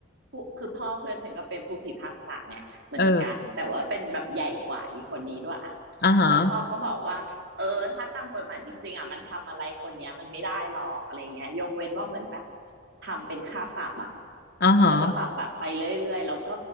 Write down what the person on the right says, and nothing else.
ผู้คือพ่อเพื่อนฉันก็เป็นผู้พิพากษาไงเหมือนกันแต่ว่าเป็นแบบใหญ่กว่าอีคนนี้ด้วยอะ
แล้วพ่อก็บอกว่าเออถ้าตามกฎหมายจริงๆอ่ะมันทำอะไรคนเนี้ยมันไม่ได้หรอกอะไรเงี้ยยกเว้นว่าเหมือนแบบทำเป็นค่าปรับอะ
แล้วก็ปรับปรับไปเรื่อยๆแล้วก็